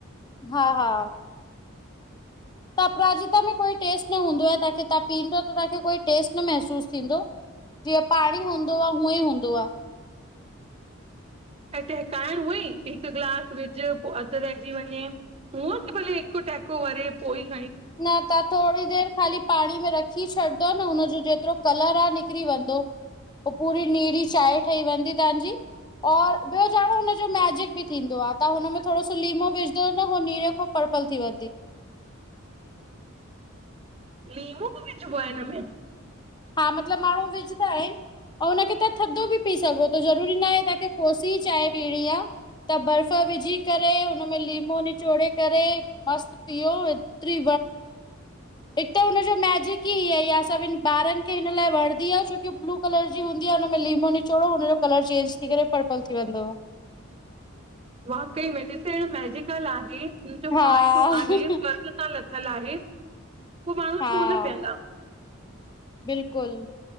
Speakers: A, on the left; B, on the right.
A: हा हा। त अपराजिता में कोई टेस्ट न हूंदो आहे तव्हांखे तव्हां पीअंदोव त तव्हांखे कोई टेस्ट न महसूसु थींदो जीअं पाणी हूंदो आहे हूअं ई हूंदो आहे।
B: टहिकाइण हुई हिकु गिलास विझ पोइ अधु रहिजी वञे। हूअ त भले हिको टैको वरे पोइई।
A: न तव्हां थोरी देरि ख़ाली पाणी में रखी छॾंदोव न हुनजो जेतिरो कलर आहे निकरी वेंदो पूरी नीरी चांहि ठही वेंदी तव्हांजी। और ॿियो छा हुनजो मेजिक बि थींदो आहे तां हुनमें थोरो सो लीमो विझ न नीरे खां प थी वेंदी
B: लीमो बि वझ प हिन में
A: हा मतलब माण्हू विझंदा आहिनि। ऐं हुनखे तव्हां थधो बि पी सघो त ज़रूरी न आहे तव्हांखे कोसी चांहि पीअणी आ। त बर्फ विझी करे हुनम में लीमो निचोड़े करे मस्तु पीओ तिरी। हिक त हुनन जो मेजीक़ हि ईयो आ सभनि ॿारनि हिन लाइ वणदी आहे छोकी ब्लू कलर जी हूंदी आहे हुन में लीमो निचोड़ो हुनजो कलर चेंज थी करे पर्पल थी वेंदो आ। हंदो
B: वाकई में िसणु मेजिकल आहे त जो
A: हा
B: फ़ाइदो आहे स थल आहे उ माण्हू
A: हा
B: छो न बीहंदा?
A: बिल्कुलु